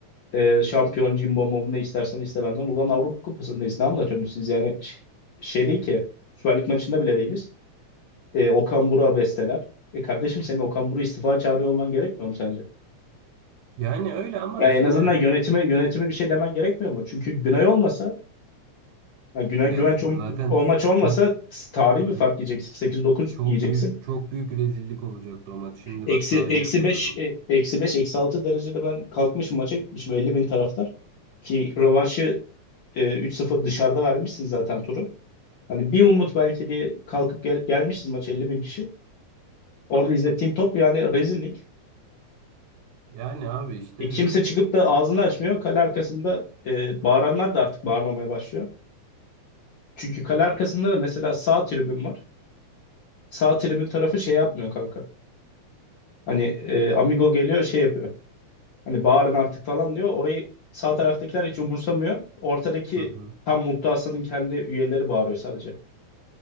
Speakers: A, on the left (about 80°); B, on the right (about 80°).
A: e, şampiyon cimbom bom ne istersen iste benden. Ulan Avrupa Kupası'ndayız. Ne anlatıyorsunuz siz yani? Ş- Şey değil ki. Süper Lig maçında bile değiliz. E, Okan Buruk'a besteler. E kardeşim senin Okan Buruk'u istifa çağırıyor olman gerekmiyor mu sence?
B: Yani öyle ama
A: Ya
B: şimdi
A: en azından yönetime yönetime bir şey demen gerekmiyor mu? Çünkü Günay olmasa, yani Günay
B: ya
A: Güvenç
B: zaten
A: o, o maç olmasa
B: çok
A: tarihi
B: hı hı,
A: bir fark yiyeceksin. Sekiz dokuz
B: çok
A: yiyeceksin.
B: büyük çok büyük rezillik olacaktı o maç. Şimdi
A: Eksi,
B: bak daha
A: eksi
B: iyi hatırladım.
A: 5, eksi 5 eksi 6 derecede ben kalkmışım maça gitmişim elli bin taraftar. Ki rövanşı e, 3-0 dışarıda vermişsin zaten turu. Hani bir umut belki bir kalkıp gel gelmişiz maç elli bin kişi. Orada izlettiğin top yani rezillik.
B: Yani abi işte
A: E, kimse çıkıp da ağzını açmıyor. Kale arkasında e, bağıranlar da artık bağırmamaya başlıyor. Çünkü kale arkasında da mesela sağ tribün var. Sağ tribün tarafı şey yapmıyor kanka. Hani e, Amigo geliyor şey yapıyor. Hani bağırın artık falan diyor. Orayı sağ taraftakiler hiç umursamıyor. Ortadaki
B: hı hı.
A: tam Mutlu Aslan'ın kendi üyeleri bağırıyor sadece.